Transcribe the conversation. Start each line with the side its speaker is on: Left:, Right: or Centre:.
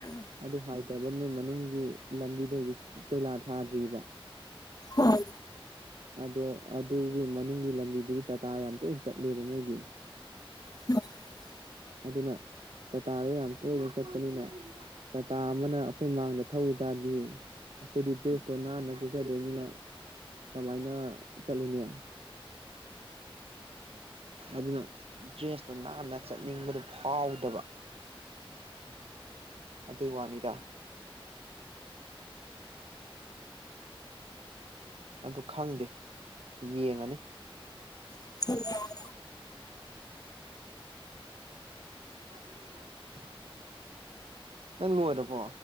Right: ꯑꯗꯨ ꯍꯥꯏꯊꯕ ꯃꯣꯏ ꯃꯅꯨꯡꯒꯤ ꯂꯝꯕꯤꯗꯣ ꯍꯧꯖꯤꯛ ꯀꯣꯏꯂꯥ ꯊꯥꯗ꯭ꯔꯤꯕ
Left: ꯍꯣꯏ
Right: ꯑꯗꯣ ꯑꯗꯨꯒꯤ ꯃꯅꯨꯡꯒꯤ ꯂꯝꯕꯤꯗꯨꯒꯤ ꯇꯥꯇꯥ ꯌꯥꯝ ꯇꯣꯏꯅ ꯆꯠꯂꯦꯕ ꯃꯣꯏꯒꯤ
Left: <unintelligible>
Right: ꯑꯗꯨꯅ ꯇꯥꯇꯥꯗꯣ ꯌꯥꯝ ꯇꯣꯏꯅ ꯆꯠꯄꯅꯤꯅ ꯇꯥꯇꯥ ꯑꯃꯅ ꯑꯩꯈꯣꯏ ꯃꯥꯡꯗ ꯊꯧꯈꯤ ꯇꯔꯗꯤ ꯑꯩꯈꯣꯏꯗꯤ ꯗ꯭ꯔꯦꯁꯇꯣ ꯅꯥꯟꯅ ꯆꯠꯆꯗꯣꯏꯅꯤꯅ ꯀꯃꯥꯏꯅ ꯆꯠꯂꯨꯅꯤ ꯑꯗꯨꯅ ꯗ꯭ꯔꯦꯁꯇꯨ ꯅꯥꯟꯅ ꯆꯠꯅꯤꯡꯕꯗꯨ ꯐꯥꯎꯗꯕ ꯑꯗꯨꯏ ꯋꯥꯅꯤꯗ ꯑꯗꯨ ꯈꯪꯗꯦ ꯌꯦꯡꯉꯅꯤ
Left: <unintelligible>
Right: <unintelligible> ꯅꯪ ꯂꯣꯏꯔꯕꯣ